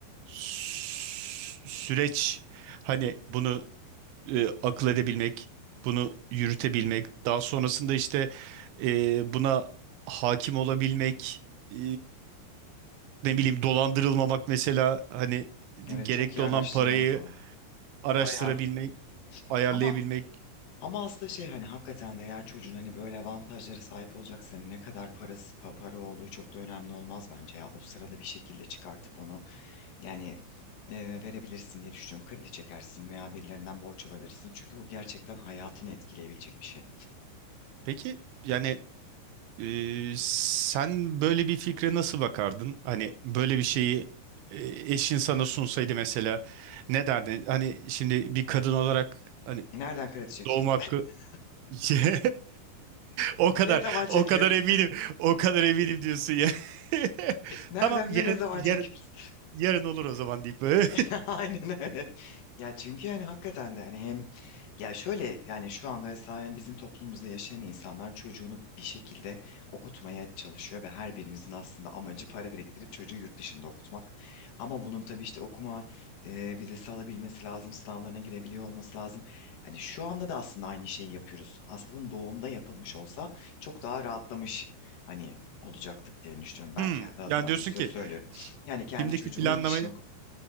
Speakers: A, on the right (about 80°); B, on the left (about 65°).
A: sü- süreç hani bunu e, akıl edebilmek, bunu yürütebilmek, daha sonrasında işte e, buna hakim olabilmek, e, ne bileyim dolandırılmamak mesela hani
B: Evet
A: gerekli
B: çok iyi araştırma
A: olan parayı
B: yapalım.
A: araştırabilmek,
B: Ayar.
A: ayarlayabilmek.
B: Ama ama aslında şey hani hakikaten de eğer çocuğun hani böyle avantajlara sahip olacaksa hani ne kadar parası pa- para olduğu çok da önemli olmaz bence ya. O sırada bir şekilde çıkartıp onu yani e, verebilirsin diye düşünüyorum. Kredi çekersin veya birilerinden borç alabilirsin. Çünkü bu gerçekten hayatını etkileyebilecek bir şey.
A: Peki yani Ee, sen böyle bir fikre nasıl bakardın? Hani böyle bir şeyi e, eşin sana sunsaydı mesela ne derdin? Hani şimdi bir kadın olarak hani
B: Nereden kredi çekeceğiz?
A: doğum hakkı
B: <laughs>
A: <laughs> o kadar
B: Ne zaman çekiyoruz?
A: o kadar eminim o kadar eminim diyorsun ya. <laughs>
B: Nereden
A: Tamam yarın
B: ve ne zaman
A: yarın
B: çekiyoruz?
A: yarın olur o zaman deyip. <laughs> böyle.
B: <laughs> Aynen öyle. Ya çünkü yani hakikaten de yani hem ya şöyle yani şu anda mesela yani bizim toplumumuzda yaşayan insanlar çocuğunu bir şekilde okutmaya çalışıyor ve her birimizin aslında amacı para biriktirip çocuğu yurt dışında okutmak. Ama bunun tabii işte okuma e, vizesi alabilmesi lazım, sınavlarına girebiliyor olması lazım. Hani şu anda da aslında aynı şeyi yapıyoruz. Aslında bunun doğumda yapılmış olsa çok daha rahatlamış hani olacaktık diye düşünüyorum. Ben
A: Hmm,
B: kendi adıma
A: yani diyorsun
B: hani söz
A: ki
B: söylüyorum. Yani kendi
A: şimdiki
B: çocuğumu
A: planlamayı
B: yurt dışına